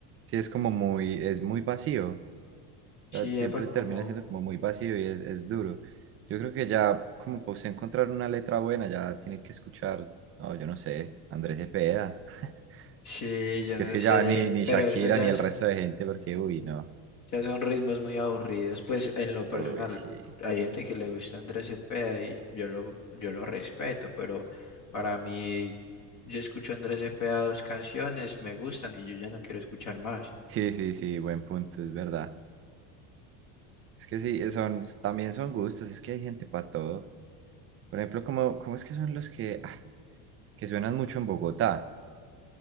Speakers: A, on the right; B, on the left.
A: Sí, es como muy, es muy vacío. O sea,
B: Sí,
A: siempre
B: epa,
A: termina
B: como,
A: siendo como muy vacío y es, es duro. Yo creo que ya, como para usted encontrar una letra buena, ya tiene que escuchar, oh, yo no sé, Andrés Cepeda. <laughs>
B: sí, yo
A: Porque
B: no
A: es que
B: sé,
A: ya ni, ni
B: pero
A: Shakira
B: eso ya
A: ni
B: es
A: el resto de gente, porque, uy, no.
B: sea, son ritmos muy aburridos. Pues en lo personal,
A: Uy, sí.
B: hay gente que le gusta Andrés Cepeda y yo lo, yo lo respeto, pero para mí, yo escucho a Andrés Cepeda dos canciones, me gustan y yo ya no quiero escuchar más.
A: Sí, sí, sí, buen punto, es verdad. Es que sí, son, también son gustos, es que hay gente para todo. Por ejemplo, como, ¿cómo es que son los que, ah, que suenan mucho en Bogotá?